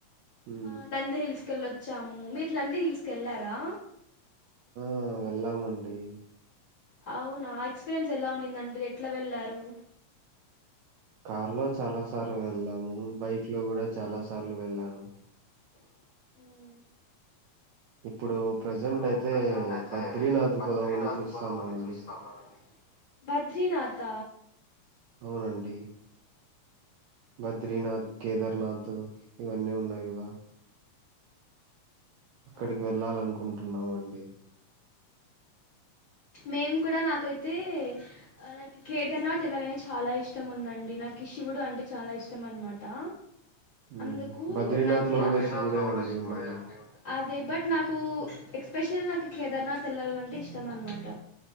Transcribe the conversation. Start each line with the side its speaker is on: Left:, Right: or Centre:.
Right: ఉమ్
Left: ఆ నంది హిల్స్ కెళ్ళొచ్చాము మీరు నంది హిల్స్ కెళ్లారా
Right: ఆ వెళ్లాం అండి
Left: అవునా ఎక్స్పీరియన్స్ ఎలా ఉనిందండి ఎట్లా వెళ్లారు
Right: కార్ లో చాలా సార్లు వెళ్ళము బైక్ లో కూడా చాలా సార్లు వెళ్ళను
Left: ఆ
Right: ఇప్పుడు ప్రజెంట్
Left: ఇప్పుడు
Right: అయితే
Left: ప్రెజెంట్ అయితే
Right: బద్రీనాథ్
Left: బద్రినథ్
Right: పోదామని చూస్తాన్నా
Left: పొదం అని
Right: అండి
Left: చూస్తాన్నా అండి బద్రీినాధ
Right: అవునండి బద్రీనాథ్ కేదార్నాథ్ ఇవన్నీ ఉన్నాయి కదా అక్కడికి
Left: అవునా
Right: వెళ్ళాలనుకుంటున్నామండి
Left: మేము కూడా నాకైతే నాకు కేదార్నాథ్ వెళ్లాలనే చాలా ఇష్టం ఉందండి నాకు శివుడు అంటే చాలా ఇష్టం అనమాట్ ట
Right: ఉమ్
Left: అందుకు
Right: బద్రీనాథ్
Left: నాకు
Right: లో
Left: బద్రీనాథ్
Right: కూడా శివుడే
Left: లో కూడా
Right: అండి
Left: శివుడే
Right: ఉండేది
Left: అండి ఉండేద్ అదే బట్ నాకు ఎక్స్పెషల్లీ నాకు కేదార్నాథ్ వెళ్ళాలంటే ఇష్టం అన్నమాట